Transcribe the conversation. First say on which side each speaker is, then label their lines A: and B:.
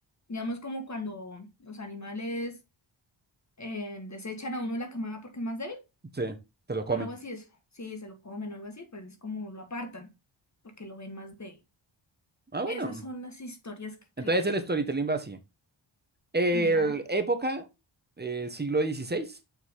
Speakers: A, on the left (about 35°); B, on the right (about 20°).
A: Digamos como cuando los animales eh, desechan a uno de la camada porque es más débil,
B: Sí, te lo comen.
A: algo así es, sí, se lo comen o algo así, pues es como lo apartan, porque lo ven más débil.
B: Ah, bueno.
A: Esas son las historias que creo.
B: Entonces el storytelling va así. El
A: de, ah,
B: época, eh, siglo dieciséis